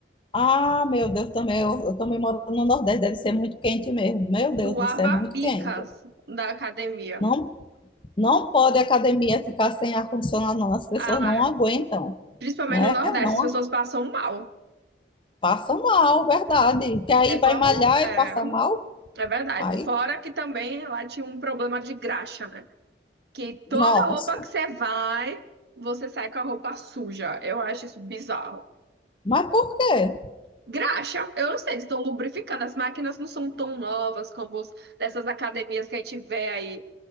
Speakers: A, on the left; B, on the right.
A: Ah, meu Deus, também eu, eu também moro no Nordeste, deve ser muito quente mesmo. Meu Deus
B: suava
A: do céu, é muito
B: bicas
A: quente.
B: na academia.
A: Não, não pode a academia ficar sem ar-condicionado, não. As pessoas
B: Ah,
A: não aguentam
B: principalmente
A: né?
B: no Nordeste,
A: Não
B: as pessoas passam mal.
A: passa mal, verdade. Que aí
B: É igual,
A: vai malhar
B: é,
A: e passa mal.
B: é verdade.
A: Aí,
B: Fora que também lá tinha um problema de graxa, né? Que toda
A: nossa.
B: roupa que você vai, você sai com a roupa suja. Eu acho isso bizarro.
A: Mas por quê?
B: Graxa, eu não sei, eles estão lubrificando. As máquinas não são tão novas como os, dessas academias que a gente vê aí,